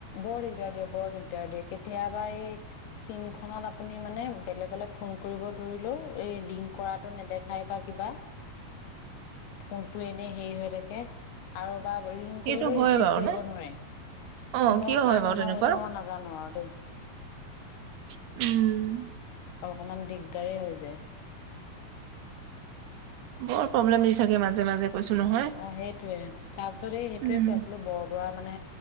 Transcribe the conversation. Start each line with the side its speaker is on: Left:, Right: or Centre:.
Left: বৰ দিগদাৰ দিয় বৰ দিগদাৰ দিয় কেতিয়াবা এই চিম আপুনি মানে বেলেগলে ফোন কৰিব ধৰিলেও এই ৰিং কৰাটো নেদেখাই বা কিবা, ফোন এনে হেৰি হৈ থাকে। আৰু ৰিঙ
Right: সেইটো
Left: কৰিলেও
Right: হয়
Left: ৰিচিভ
Right: বাৰু
Left: কৰিব
Right: নে
Left: নোবাৰে।
Right: অ'
Left: কিহৰ
Right: কিয়
Left: কাৰণে
Right: বাৰু
Left: হয়
Right: তেনেকুৱা?
Left: সেইটো মই নাজানো আৰু দেই।
Right: উম
Left: অকমান দিগদাৰেই হৈ যায়।
Right: বৰ প্ৰব্লেম দি থাকে মাজে মাজে কৈছো নহয়।
Left: অ সেইটোয়ে তাৰ পিছত এই সেইটোয়ে
Right: উম,
Left: কৈ আছিলো বৰদোৱা মানে